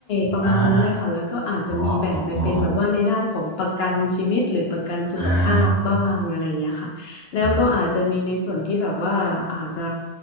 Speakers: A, on the left; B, on the right.
A: ประมาณนั้นเลยค่ะแล้วก็อาจจะมีแบ่งไปเป็นแบบว่าในด้านของประกันชีวิตหรือประกันสุขภาพบ้างอะไรอย่างเงี้ยค่ะแล้วก็อาจจะมีในส่วนที่แบบว่าอาจจะ
B: อ่าอ่าอ๋ออ๋ออ๋ออ๋ออ่าเออ